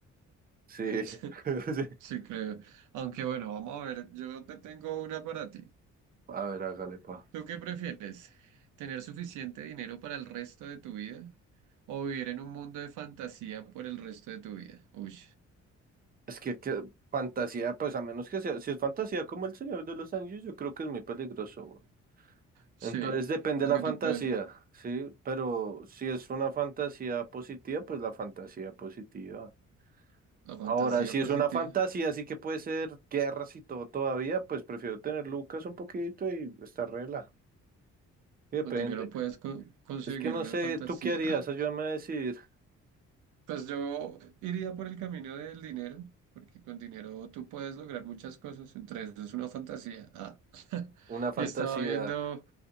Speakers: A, on the right (about 30°); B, on the right (about 80°).
A: Sí.
B: <laughs>
A: <laughs>
B: Sí, creo. Aunque bueno, vamos a ver, yo te tengo una para ti.
A: A ver, hágale, pa.
B: ¿Tú qué prefieres? ¿Tener suficiente dinero para el resto de tu vida o vivir en un mundo de fantasía por el resto de tu vida? Uy,
A: Es que, que fantasía, pues a menos que sea, si es fantasía como El Señor de los Anillos, yo creo que es muy peligroso, güey.
B: sí,
A: Entonces depende
B: aunque
A: de la fantasía,
B: tú puedes,
A: ¿sí? Pero si es una fantasía positiva, pues la fantasía positiva.
B: la fantasía
A: Ahora, si es
B: positiva.
A: una fantasía, así que puede ser guerras y todo todavía, pues prefiero tener Lucas un poquito y estar rela. Depende.
B: Con dinero puedes co- conseguir
A: Es que no
B: una
A: sé,
B: fantasía.
A: ¿tú qué harías?
B: Ah,
A: Ayúdame a decidir
B: Pues yo iría por el camino del dinero, porque con dinero tú puedes lograr muchas cosas, entre eso es una fantasía. Ah. <laughs>
A: una fantasía.
B: Y estaba viendo,